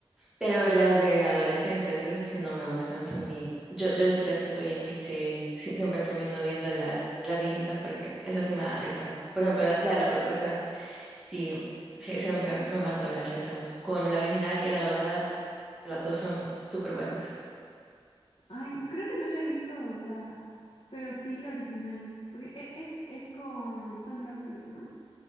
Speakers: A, in the centre; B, on the left.
A: pero las de adolescentes, esas sí no me gustan, son bien, yo, yo sí las siento bien cliché y sí- siempre termino viendo las, las viejitas porque esas sí me dan risa. Por ejemplo, la, la de la propuesta, sí, sí, siempre me ha matado de la risa. Con la original y la doblada, las dos son súper buenas.
B: Ay, creo que no la he visto doblada, pero sí la original. Porque e- Es, es con Sandra Bullock, ¿no?